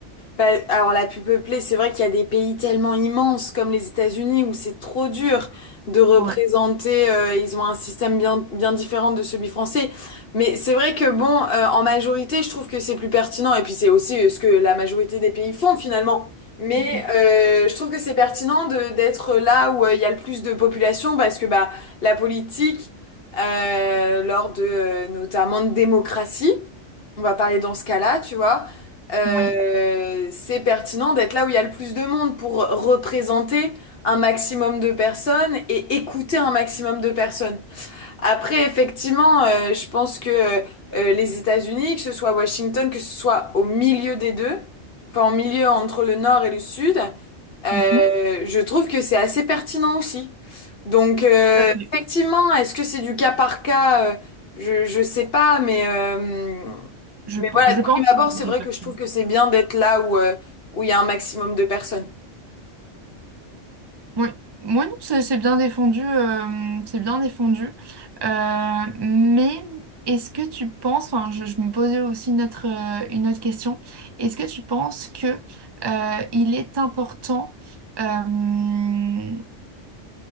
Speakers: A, on the left; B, on the right.
A: Bah, alors la plus peuplée, c'est vrai qu'il y a des pays tellement immenses comme les États-Unis où c'est trop dur de représenter,
B: Ouais.
A: euh, ils ont un système bien, bien différent de celui français. Mais c'est vrai que bon, euh, en majorité, je trouve que c'est plus pertinent et puis c'est aussi euh, ce que la majorité des pays font finalement. Mais
B: Mhm.
A: euh, je trouve que c'est pertinent de d'être là où euh, il y a le plus de population parce que bah la politique euh, lors de euh, notamment de démocratie, on va parler dans ce cas-là, tu vois euh,
B: Oui.
A: c'est pertinent d'être là où il y a le plus de monde pour représenter un maximum de personnes et écouter un maximum de personnes. Après, effectivement, euh, je pense que euh, euh, les États-Unis, que ce soit à Washington, que ce soit au milieu des deux, enfin en milieu entre le nord et le sud, euh,
B: Mhm.
A: je trouve que c'est assez pertinent aussi. Donc, euh,
B: Tout à fait.
A: effectivement, est-ce que c'est du cas par cas? euh, je, je sais pas, mais, euh,
B: Je,
A: mais
B: p-
A: voilà,
B: je
A: de prime
B: pense que
A: abord,
B: c'est
A: c'est
B: bien
A: vrai
B: perçu.
A: que je trouve que c'est bien d'être là où, euh, où il y a un maximum de personnes.
B: Oui, moi non, c'est c'est bien défendu, euh, c'est bien défendu. Euh, mais est-ce que tu penses, enfin, je, je me posais aussi une autre, euh, une autre question, est-ce que tu penses que euh, il est important euh,